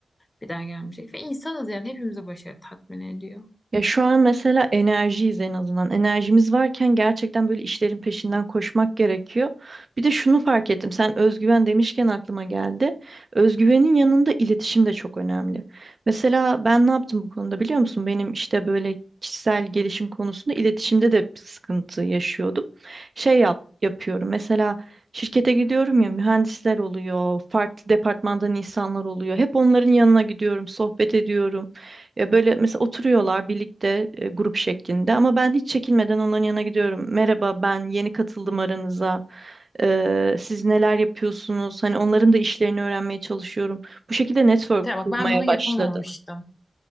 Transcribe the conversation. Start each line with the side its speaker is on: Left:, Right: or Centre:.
Left: bir daha gelmeyecek. Ve insanız yani hepimize başarı tatmin ediyor.
Right: Ya şu an mesela enerjiyiz en azından. Enerjimiz varken gerçekten böyle işlerin peşinden koşmak gerekiyor. Bir de şunu fark ettim. Sen özgüven demişken aklıma geldi. Özgüvenin yanında iletişim de çok önemli. Mesela ben ne yaptım bu konuda biliyor musun? Benim işte böyle kişisel gelişim konusunda iletişimde de bir sıkıntı yaşıyordum. Şey yap, yapıyorum. Mesela şirkete gidiyorum ya mühendisler oluyor, farklı departmandan insanlar oluyor. Hep onların yanına gidiyorum, sohbet ediyorum. Ya böyle mesela oturuyorlar birlikte e, grup şeklinde ama ben hiç çekinmeden onların yanına gidiyorum. Merhaba ben yeni katıldım aranıza. Ee, siz neler yapıyorsunuz? Hani onların da işlerini öğrenmeye çalışıyorum. Bu şekilde network
Left: Tabii
Right: kurmaya
Left: bak ben bunu yapamamıştım.
Right: başladım.